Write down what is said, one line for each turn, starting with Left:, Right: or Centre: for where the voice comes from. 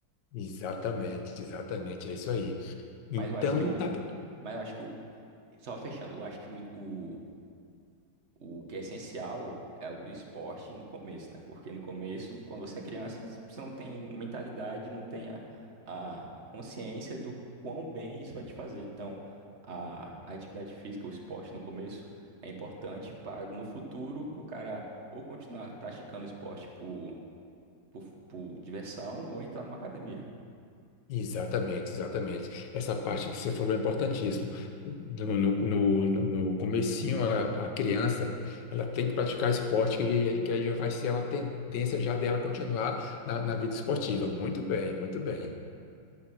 Left: exatamente, exatamente, é isso aí. Então,
Right: Mas eu acho que o.
Left: tá bem.
Right: Mas eu acho que o. Só fechando, eu acho que o, o, o que é essencial é o esporte no começo, né? Porque no começo, quando você é criança, você não tem mentalidade, não tem a, a consciência do quão bem isso vai te fazer. Então, a, a atividade física, o esporte no começo é importante para no futuro o cara ou continuar praticando esporte por, por, por diversão ou entrar numa academia.
Left: Exatamente, exatamente. Essa parte que você falou é importantíssimo. No, no, no, no comecinho, a, a criança, ela tem que praticar esporte, que, que aí já vai ser uma tendência já dela continuar na, na vida esportiva. Muito bem, muito bem.
Right: né?